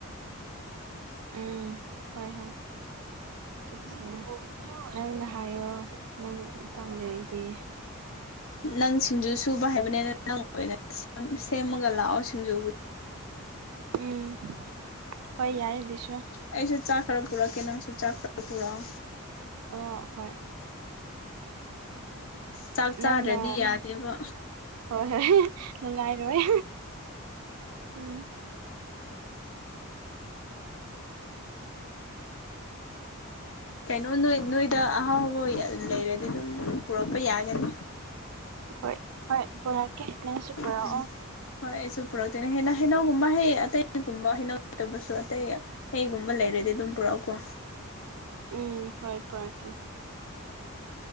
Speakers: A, on the right; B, on the left.
A: ꯎꯝ ꯍꯣꯏ ꯍꯣꯏ ꯇꯠꯁꯦ ꯅꯪꯅ ꯍꯥꯏꯌꯣ ꯅꯪ ꯇꯜꯂꯤ ꯑꯩꯗꯤ
B: ꯅꯪ ꯁꯤꯡꯖꯨ ꯁꯨꯕ ꯍꯥꯏꯕꯅꯤꯅ ꯅꯪ ꯑꯣꯏꯅ ꯁꯦꯝꯃꯒ ꯂꯥꯛꯑꯣ ꯁꯤꯡꯖꯨꯕꯨ
A: ꯎꯝ ꯍꯣꯏ ꯌꯥꯏ ꯑꯗꯨꯁꯨ
B: ꯑꯩꯁꯨ ꯆꯥꯛ ꯈꯔ ꯄꯨꯔꯛꯑꯣ ꯀꯦꯩꯅꯪꯁꯨ ꯆꯥꯛ ꯈꯔ ꯄꯨꯔꯛꯑꯣ
A: ꯑ ꯍꯣꯏ
B: ꯆꯥꯛ ꯆꯥꯔꯗꯤ
A: ꯅꯪꯅ
B: ꯌꯥꯗꯦꯕ
A: ꯍꯣꯏ ꯍꯣꯏ ꯅꯨꯡꯉꯥꯏꯔꯣꯏ ꯎꯝ
B: ꯀꯩꯅꯣ ꯅꯣꯏ ꯅꯣꯏꯗ ꯑ ꯍ ꯍꯣꯏ ꯑꯗꯨ ꯂꯩꯔꯗꯤ ꯑꯗꯨꯝ ꯄꯨꯔꯛꯄ ꯌꯥꯒꯅꯤ
A: ꯍꯣꯏ ꯍꯣꯏ ꯄꯨꯔꯛꯀꯦ ꯅꯪꯁꯨ ꯄꯨꯔꯛꯑꯣ
B: ꯎꯝ ꯍꯣꯏ ꯑꯩꯁꯨ ꯄꯨꯔꯛꯇꯣꯏꯅꯦ ꯍꯦꯟꯅ ꯍꯩꯅꯧꯒꯨꯝꯕ ꯍꯌꯦ ꯑꯇꯩꯒꯨꯝꯕ ꯍꯩꯅꯧꯇꯕꯁꯨ ꯑꯇꯩ ꯍꯩꯒꯨꯝꯕ ꯂꯩꯔꯗꯤ ꯑꯗꯨꯝ ꯄꯨꯔꯛꯎꯀꯣ
A: ꯎꯝ ꯍ ꯄꯔꯥꯛꯀꯦ